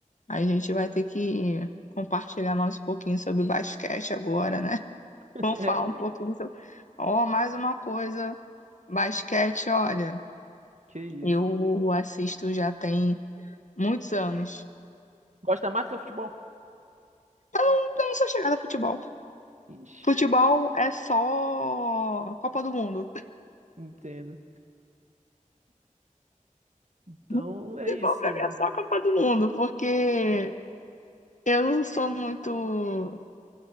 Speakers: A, on the left; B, on the right.
A: A gente vai ter que compartilhar mais um pouquinho sobre basquete agora, né? <laughs>
B: <laughs>
A: Vamos
B: É,
A: falar um pouquinho sobre. Ó, mais uma coisa, basquete, olha,
B: que isso.
A: eu assisto já tem muitos anos.
B: Gosta mais do que futebol?
A: Eu não, eu não sou chegada a futebol.
B: Ixi,
A: Futebol é só Copa do Mundo.
B: entendo. Então
A: <laughs> Futebol
B: é isso.
A: pra mim é só Copa do Mundo, porque eu não sou muito